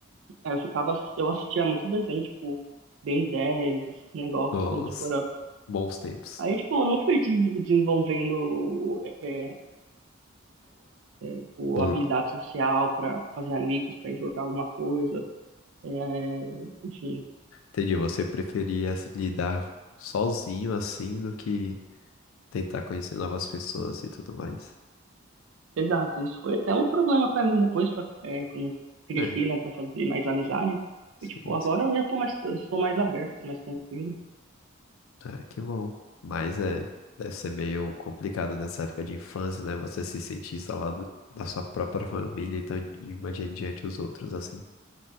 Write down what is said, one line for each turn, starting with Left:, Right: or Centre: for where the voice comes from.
Right: Aí Eu ficava, eu assistia muito desenho, tipo, Ben dez esse negócio
Left: Os
Right: aí, tipo, era
Left: bons tempos.
Right: Aí, tipo, eu não fui de- desenvolvendo é, tipo,
Left: Bom,
Right: habilidade social para fazer amigos, para jogar alguma coisa, é, enfim.
Left: entendi, você preferia se lidar sozinho assim do que tentar conhecer novas pessoas e tudo mais.
Right: Exato, isso foi até um problema para mim depois, pra, é, quando eu cresci,
Left: É,
Right: né, para fazer mais amizade.
Left: sim,
Right: E, tipo, agora eu já tô mais, eu sou mais aberto, mais tranquilo.
Left: É, que bom. Mas é, deve ser meio complicado nessa época de infância, né? Você se sentir isolado da sua própria família, então imagine diante os outros, assim.